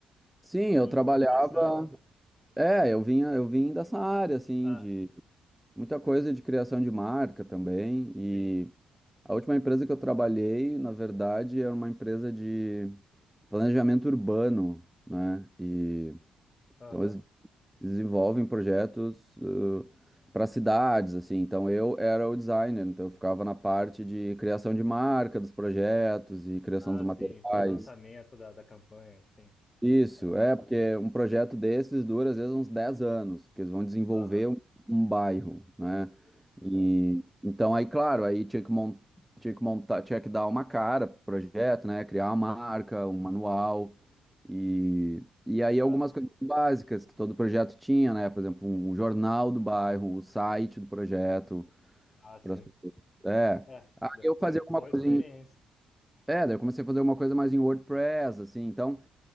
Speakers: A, in the centre; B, on the left.
A: Sim, eu
B: em
A: trabalhava.
B: impressão?
A: É, eu vinha, eu vim dessa área, assim,
B: Ah,
A: de Muita coisa de criação de marca também. E
B: sim,
A: a última empresa que eu trabalhei, na verdade, era uma empresa de planejamento urbano, né? E
B: aham.
A: então eles desenvolvem projetos para cidades, assim. Então eu era o designer, então eu ficava na parte de criação de marca dos projetos e criação
B: Ah,
A: dos materiais.
B: sim, para lançamento da, da campanha, sim.
A: Isso,
B: Ah,
A: é, porque um projeto desses dura às vezes uns 10 anos, porque eles vão desenvolver
B: aham.
A: um, um bairro, né?
B: sim,
A: E,
B: É,
A: então aí, claro, aí tinha que montar, tinha que montar, tinha que dar uma cara pro projeto, né? Criar uma marca, um manual e, e aí
B: pra,
A: algumas coisas básicas que todo projeto tinha, né? Por exemplo, o jornal do bairro, o site do projeto,
B: ah, sim.
A: para as pessoas. É.
B: É,
A: Aí
B: depois,
A: eu fazia alguma
B: boa
A: coisa
B: experiência.
A: em, é, daí eu comecei a fazer alguma coisa mais em WordPress, assim, então